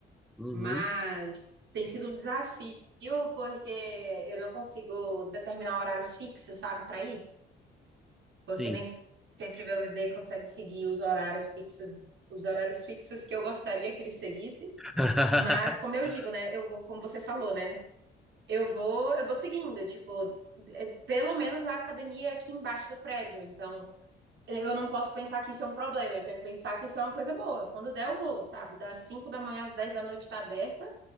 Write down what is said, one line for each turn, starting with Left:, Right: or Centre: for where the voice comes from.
Centre: Uhum,
Right: Mas tem sido um desafio porque eu não consigo determinar horários fixos, sabe, para ir,
Centre: sim.
Right: porque nem sempre meu bebê consegue seguir os horários fixos, os horários fixos que eu gostaria que ele seguisse.
Centre: <laughs>
Right: Mas como eu digo, né, eu vou, como você falou, né, eu vou, eu vou seguindo, tipo, é, pelo menos a academia é aqui embaixo do prédio, então eu não posso pensar que isso é um problema, eu tenho que pensar que isso é uma coisa boa. Quando der, eu vou, sabe? Das 5 da manhã às 10 da noite tá aberta.